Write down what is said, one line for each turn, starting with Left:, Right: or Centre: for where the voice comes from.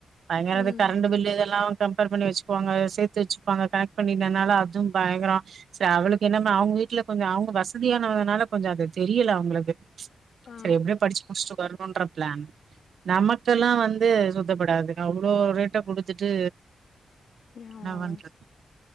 Right: தங்கரது
Left: ம்
Right: கரண்ட் பில் இதெல்லாம் கம்பேர் பண்ணி வச்சுக்குவாங்க சேத்து வச்சுப்பாங்க கனெக்ட் பண்ணிகனால அதுவும் பயங்கரம் ச அவளுக்கு என்ன அவங்க வீட்டுல கொஞ்சம் அவங்க வசதியானனால கொஞ்சம் அது தெரியல அவங்களுக்கு
Left: ஆ
Right: சரி எப்படியோ படிச்சு முடிச்சட்டு வரணுன்ற பிளான் நமக்கெல்லாம் வந்து சுத்தப்படாது அவ்வளோ ரேட்டா குடுத்துட்டு என்ன
Left: ஆமாமா
Right: பண்றது